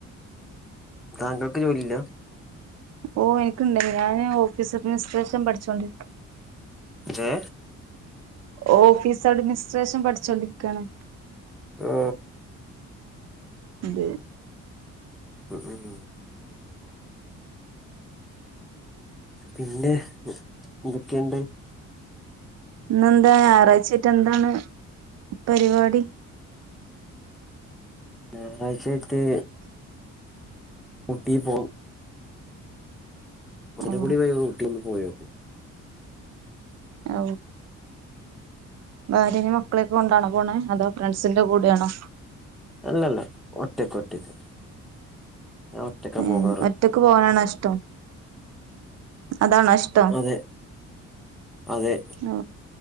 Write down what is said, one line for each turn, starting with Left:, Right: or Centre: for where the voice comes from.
Centre: താങ്കൾക്ക് ജോലീല്ല
Right: ഓ എനിക്കുണ്ട് ഞാന് ഓഫീസ് അഡ്മിനിസ്ട്രേഷൻ പഠിച്ചോണ്ടിരിക്ക
Centre: ജെ
Right: ഓഫീസ് അഡ്മിനിസ്ട്രേഷൻ പഠിച്ചോണ്ടിരിക്കയാണ്
Centre: ഹാ
Right: അതെ
Centre: ഉ ഉം പിന്നെ എന്തൊക്കെയൊണ്ട്
Right: ഇന്ന്ന്താ ഞായറാഴ്ച്ചായിട്ട് എന്താണ് പരിപാടി
Centre: ഞായറാഴ്ച്ചായിട്ട് ഊട്ടി പോകും മസനകൂടി
Right: ഓ
Centre: വഴി ഊട്ടി ആണ് പോയോക്കെ
Right: ഓ ഭാര്യേനെം മക്കളൊക്കെ കൊണ്ടാണോ പോണെ അതൊ ഫ്രണ്ട്സിന്റെ കൂടെയാണോ
Centre: അല്ലല്ല ഒറ്റക്ക് ഒറ്റക്ക് ഞാൻ ഒറ്റക്കാ
Right: ഏ
Centre: പോകാറ്
Right: ഒറ്റക്ക് പോവാനാണോ ഇഷ്ടം അതാണോ ഇഷ്ടം
Centre: അതെ അതെ
Right: ഓ